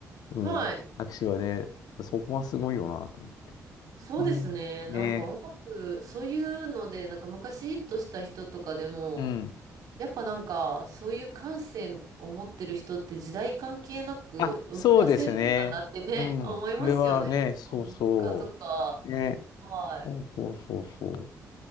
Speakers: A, on the left (about 80°); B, on the right (about 75°).
A: うん。
B: はい。
A: 握手はね、そこはすごいよなと思って。
B: そうですね。
A: うん。
B: なんか音楽、
A: ね。
B: そういうので、なんか昔ヒットした人とかでも、
A: うん。
B: やっぱなんか、そういう感性を持ってる人って時代関係なく生み出せるんだなってね、
A: あ、そうですね。うん。
B: <laughs> 思いますよね。
A: それはね、そうそ
B: 音楽家とか、
A: う。ね。
B: はい。
A: そうそうそうそう。